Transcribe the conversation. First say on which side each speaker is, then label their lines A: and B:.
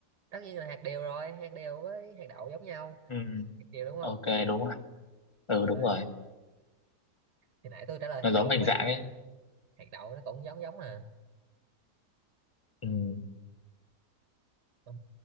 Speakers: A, on the right; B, on the left.
A: tất nhiên là hạt điều rồi hạt điều với hạt đậu giống nhau
B: ừ.
A: hạt điều đúng không
B: ok đúng rồi ừ
A: trời
B: đúng
A: ơi
B: rồi
A: thì nãy tôi trả lời hạt
B: nó giống
A: đậu cũng
B: hình
A: phải
B: dạng
A: đúng
B: ấy
A: hạt đậu nó cũng giống giống mà
B: ừ.
A: ừ.